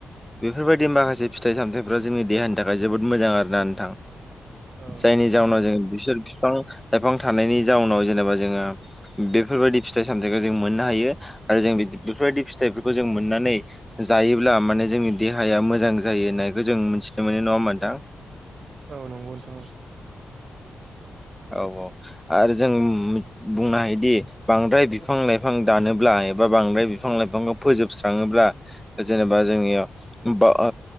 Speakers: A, in the centre; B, on the right.
A: बेफोरबायदि माखासे फिथाइ सामथायाइफ्रा जोंनि देहानि थाखाय जोबोद मोजां आरोना नोंथां।
B: औ
A: जायनि
B: नंगौ नोंथां
A: जाहोनाव जों बिसोर बिफां लाइफां थानायनि जाउनाव जेनेबा जोङो बेफोरबायदि फिथाइ सामथायाइखौ जों मोननो हायो। आरो जों बेफोरबायदि फिथाइफोरखौ जों मोननानै जायोब्ला माने जोंनि देहाया मोजां जायो ना। नायखौ जों मिथिनो मोनो नङा होनबा नोंथां।
B: औ नंगौ नोंथां औ
A: औ औ आरो जों बुंनो हायोदि बांद्राय बिफां लाइफां दानोब्ला बा बांद्राय बिफां लाइफांखौ फोजोबस्राङोब्ला जेनेबा जोंनियाव बा